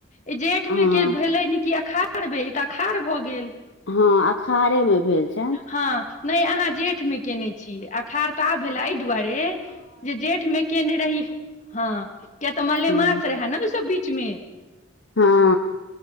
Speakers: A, on the left; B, on the left.
A: ई जेठ
B: हँ
A: मे के भेलेन ई अखाढ़ भेल ई तऽ अखाढ़ भऽ गेल
B: हँ अखाड़े मे भेल छनि
A: हँ नहि अहाँ जेठ में केने छीय अखाड़ तऽ आब भेला एहि दुआरे है जे जेठ मे केने रहि हँ किया तऽ मलेमास
B: हँ
A: रहै ने ओ सब बीचमे
B: हँ